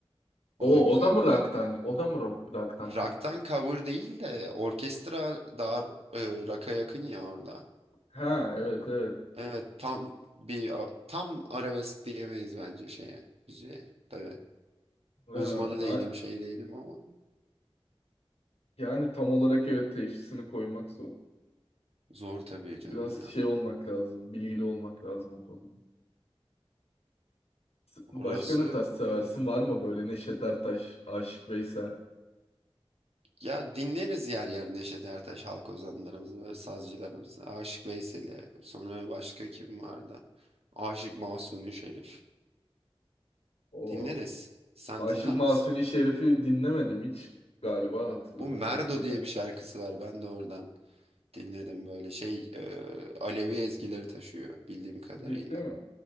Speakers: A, on the left (about 85°); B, on the right (about 75°).
A: O,
B: O da güzeldir.
A: o da mı rock'tan? O da mı rock, rock'tan kırmızı?
B: Rock'tan cover değil de orkestra daha e, rock'a yakın ya orada.
A: Ha evet evet.
B: Evet tam bir a- tam arabesk diyemeyiz bence şeye müziğe. Tabii
A: Ha,
B: uzmanı değilim
A: a-
B: şey değilim ama
A: yani tam olarak evet teşhisini koymak zor.
B: zor tabii canım
A: Biraz
B: ya.
A: şey olmak lazım. Bilgili olmak lazım o konuda. S- Başka
B: Orası
A: ne tarz seversin?
B: öyle.
A: Var mı böyle Neşet Ertaş, Aşık Veysel?
B: Ya dinleriz yer yer Neşet Ertaş halk ozanlarımızı, böyle sazcılarımızı. Aşık Veysel'i, sonra başka kim vardı? Aşık Mahsuni Şerif.
A: O
B: Dinleriz. Sen
A: Aşık
B: dinler
A: Mahzuni
B: misin?
A: Şerif'i dinlemedim hiç galiba hatırladığım
B: Bu Merdo
A: kadarıyla.
B: diye bir şarkısı var. Ben de oradan dinledim böyle şey e, Alevi ezgileri taşıyor bildiğim kadarıyla.
A: Ciddi mi?